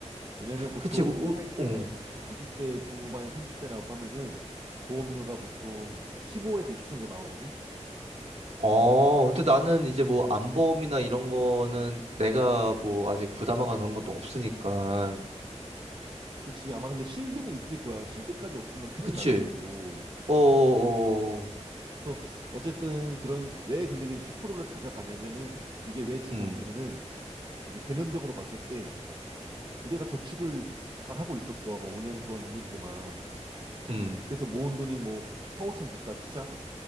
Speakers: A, on the right; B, on the right.
A: 왜냐면 보통
B: 그치, 우,
A: 우리 사회초년생
B: 우, 어.
A: 20대 중후반 30대라고 하면은 보험료가 보통 15에서 20 정도 나오거든.
B: 어, 근데 나는 이제 뭐 안보험이나 이런 거는 내가 뭐 아직 부담하거나 그런 것도 없으니까.
A: 그치. 아마 근데 실비는 있을 거야. 실비까지 없으면 큰일
B: 그치.
A: 나는 거고.
B: 어, 어, 어. 어.
A: 그래서 어쨌든 그런 왜 근데 그 10%를 가져가냐면은 이게 왜 중요하냐면은
B: 음,
A: 이제 개념적으로 봤을 때 우리가 저축을 잘 하고 있었어. 뭐 5년 동안, 6년 동안.
B: 음,
A: 그래서 모은 돈이 뭐 4, 5천 됐다 치자.